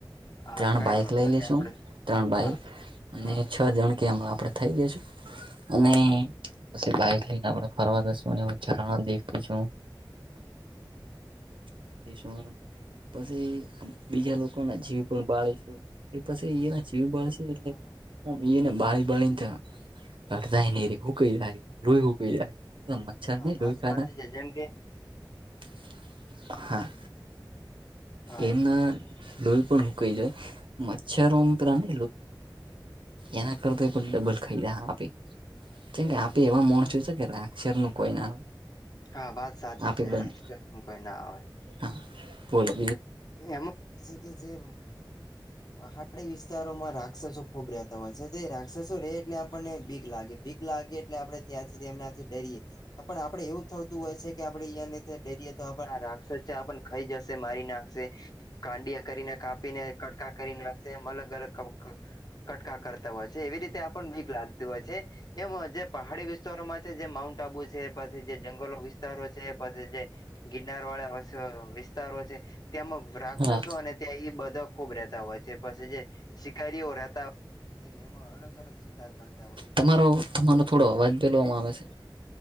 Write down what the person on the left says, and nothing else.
હા
કઈ
વાંધો
નહી આપડે
હા
હા
હા
હા હા
હા
વાત
સાચી છે જેમ કે
હા
હા, વાત સાચી
છે.
રાક્ષસ કોઈ ના આવે.
એમ છે કે જે પહાડી વિસ્તારોમાં રાક્ષસો ખુબ રહેતા હોય છે. તે રાક્ષસો રહેે એટલે આપણને બીક લાગે બી લાગે એટલે આપણે ત્યાંથી એમના. ડરીએ પણ આપડે એવું થતું હોય છે કે, આપડે અહીંયા ડરીએ તો આપ રાક્ષસ એ આપણા ખાઈ જશે, મારી નાખશે. કાંડિયા કરીને, કાપીને કટકા કરી નાખશે અલગ અલગ. કટકા કરતા હોય છે, એવી રીતે આપને વીક લાગતું હોય છે. એમ જે પહાડી વિસ્તારોમાં છે, જે માઉન્ટ આબુ છે, પછી જે જંગલો વિસ્તારો છે, પછી જે. ગિરનાર વાળા વિસ્તારો છે, ત્યાંમાં રાક્ષસો
અને ત્યાં એ બધા ખુબ રહેતા હોય છે, પછી જે શિકારીઓ રહેતા. એમાં અલગ અલગ શિકાર કર <unintelligible>